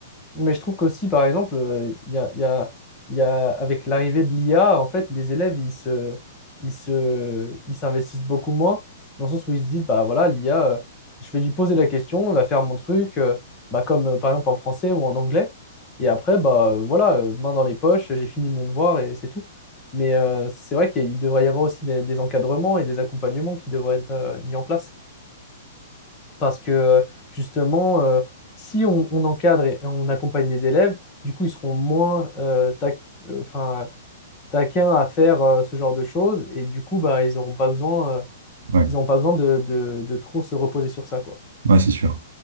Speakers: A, on the left; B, on the right.
A: Mais je trouve qu'aussi, par exemple, euh, il y a, il y a- il y a- avec l'arrivée de l'IA, en fait, les élèves, ils se, ils se, ils s'investissent beaucoup moins, dans le sens où ils se disent, bah voilà, l'IA, euh, je vais lui poser la question, elle va faire mon truc, euh, bah, comme euh, par exemple en français ou en anglais. Et après, bah euh, voilà, euh, main dans les poches, j'ai fini mon devoir et c'est tout. Mais euh, c'est vrai qu'il devrait y avoir aussi des, des encadrements et des accompagnements qui devraient être euh, mis en place. Parce que euh, justement, euh, si on, on encadre et on accompagne les élèves, du coup, ils seront moins euh, tac- euh, enfin, euh, taquins à faire euh, ce genre de choses. Et du coup, bah, ils n'auront pas besoin, euh,
B: Ouais,
A: ils auront pas besoin de, de- de trop se reposer sur ça, quoi.
B: ouais, c'est sûr.